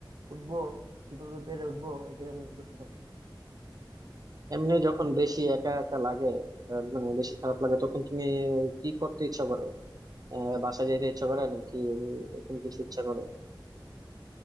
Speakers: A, on the right; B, on the right.
A: উঠবো কিভাবে পেরে উঠবো এটাই আমি বুঝতে পারছি না
B: এমনি যখন বেশি একা একা লাগে আহ, মানে বেশি খারাপ লাগে তখন তুমি কি করতে ইচ্ছা করে আহ, বাসায় যেতে ইচ্ছা করে নাকি এরকম কিছু ইচ্ছা করে